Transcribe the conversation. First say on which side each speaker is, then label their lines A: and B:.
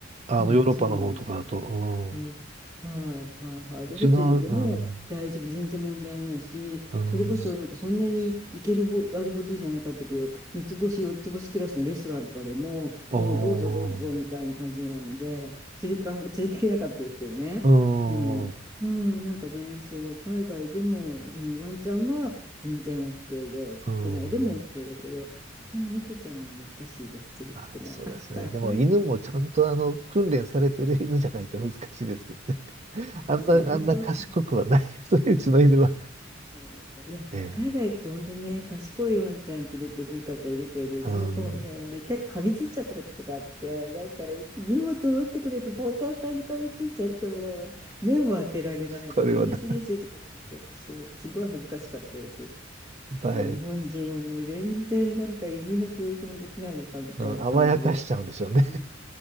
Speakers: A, on the right; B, on the right.
A: あの、
B: うん、
A: ヨーロッパの方とかだと。
B: そうなんです。うん、はいはいはい。で、
A: うん。うちの、
B: ホテルでも大丈夫、
A: うん。
B: 全然問題ないし、
A: うん。
B: それこそなんかそんなに行けるほあれほどじゃなかったけど、三つ星、四つ星クラスのレストランとかでも、
A: おお。
B: もうどうぞどうぞみたいな感じなので、連れてかな、連れてけなかったですけどね。
A: う
B: でも、うん、なんかね、そう、海外でも、うん、ワンちゃんは全然 OK で、
A: ん。うん。
B: 国内でも OK だけど、いや、猫ちゃんは難しいです、連れてくのは。
A: ああ、そうですね。
B: <laughs>
A: でも犬もちゃんとあの訓練されてる犬じゃないと難しいですけどね。
B: はい
A: <laughs>
B: あ、
A: あんな、
B: それはそうかもしれない。
A: あんな賢くはないですね、<laughs> うちの犬は。
B: そういや、
A: ええ
B: 海外行くと本当にね、賢いワンちゃん連れてる方いるけど、うちの子ね、
A: うん。
B: なんか一回噛みついちゃったこととかあって、なんか荷物持ってくれとポーターさんに噛みついちゃっても、目も当てられないとか、
A: <laughs> それはだ、
B: いいです、いいですよとかって言って、そう、すごい恥ずかしかったです。
A: だい、
B: もう日本人はもう全然なんか犬の教育もできないのかみたいな感じで、
A: うん、甘やかしちゃうんでしょうね。
B: うん